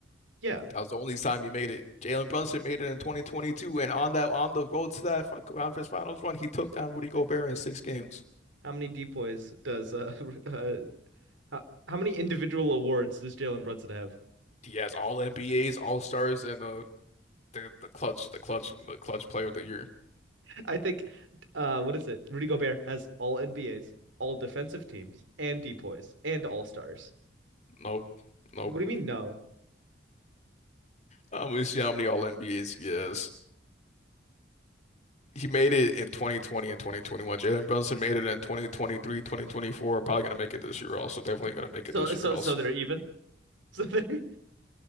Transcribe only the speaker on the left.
That was the only time he made it. Jalen Brunson made it in 2022, and on that on the road to that conference finals run, he took down Rudy Gobert in six games.
He has all NBAs, All Stars, and the the, the clutch, the clutch, the clutch player of the year.
Nope, nope.
Um, we see how many All NBAs he has. he made it in 2020 and 2021. Jalen Brunson made it in 2023, 2024. I'm probably gonna make it this year also. Definitely gonna make
it this
year also.